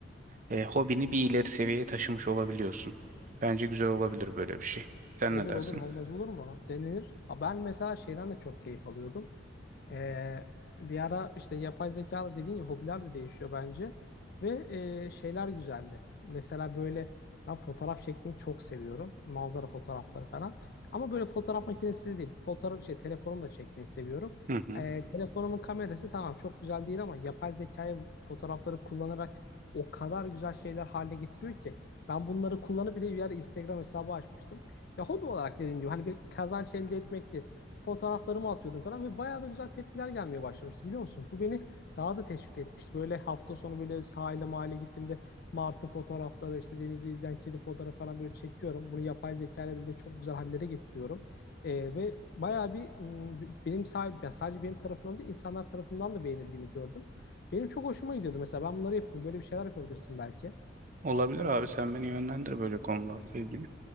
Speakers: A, on the right (about 40°); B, on the left (about 55°).
A: E, hobini bir ileri seviyeye taşımış olabiliyorsun. Bence güzel olabilir böyle bir şey. Sen
B: Olur
A: ne dersin?
B: olur olmaz olur mu? Denilir. Ha, ben mesela şeyden de çok keyif alıyordum. Ee, bir ara işte yapay zeka da dediğin gibi hobiler de değişiyor bence. Ve e, şeyler güzeldi. Mesela böyle ben fotoğraf çekmeyi çok seviyorum. Manzara fotoğrafları falan. Ama böyle fotoğraf makinesiyle değil. Fotoğraf şey telefonumla çekmeyi seviyorum.
A: Hı hı.
B: Ee, telefonumun kamerası tamam çok güzel değil ama yapay zekayı fotoğrafları kullanarak o kadar güzel şeyler haline getiriyor ki. Ben bunları kullanıp bir de bir ara Instagram hesabı açmıştım. Ya hobi olarak dediğim gibi hani bir kazanç elde etmekti fotoğraflarımı atıyordum falan ve bayağı da güzel tepkiler gelmeye başlamıştı biliyor musun? Bu beni daha da teşvik etmişti. Böyle hafta sonu böyle sahile mahalle gittiğimde martı fotoğrafları işte denizi izleyen kedi fotoğrafı falan böyle çekiyorum. Bunu yapay zeka ile de böyle çok güzel hallere getiriyorum. Ee, ve bayağı bir m, benim sahip, ya sadece benim tarafımdan da insanlar tarafından da beğenildiğini gördüm. Benim çok hoşuma gidiyordu mesela. Ben bunları yapıyordum. Böyle bir şeyler yapabilirsin belki.
A: Olabilir abi sen beni yönlendir böyle konularla ilgili.